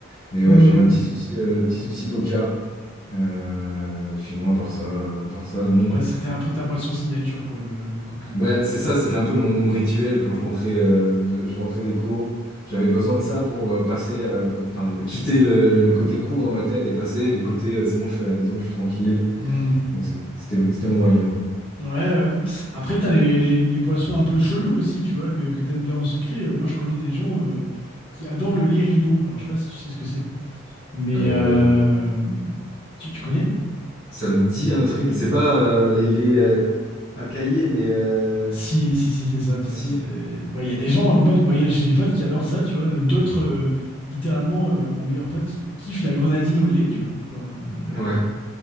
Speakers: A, on the left; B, on the left.
A: Mais
B: Hmm.
A: ouais, j'ai eu un petit souci, euh, petit souci coca. Euh, sinon, à part ça, à part ça, non.
B: Ouais, c'était un peu ta boisson signature, quoi, le, le coca, quoi.
A: Ouais, c'est ça, c'était un peu mon, mon rituel quand je rentrais, euh, je rentrais des cours. J'avais besoin de ça pour euh, passer, à- pa- enfin, quitter le, le côté cours dans ma tête et passer du côté euh, c'est bon, je suis à la maison, je suis tranquille.
B: Hmm.
A: Donc c'est- c'était, c'était mon moyen, ouais.
B: Ouais, ouais. Après, t'as les, les, les boissons un peu cheloues aussi, tu vois, que, que t'aimes bien en secret. Euh, Moi, je connais des gens euh, qui adorent le lait ribot. Alors, je sais pas si tu sais ce que c'est, mais
A: Euh,
B: euh, tu, tu connais?
A: ça me dit un truc, c'est pas euh, les, les euh, pas cahiers, mais euh,
B: Si, si, si, c'est ça, tu
A: si.
B: vois. c'est- Ouais, Il y a des gens, euh, moi, bah, il y a- j'ai des potes qui adorent ça, tu vois. Euh, D'autres, euh, littéralement, euh, bah, mon meilleur pote, il, il kiffe la grenadine au lait, tu vois. Genre, euh,
A: Ouais.
B: voilà.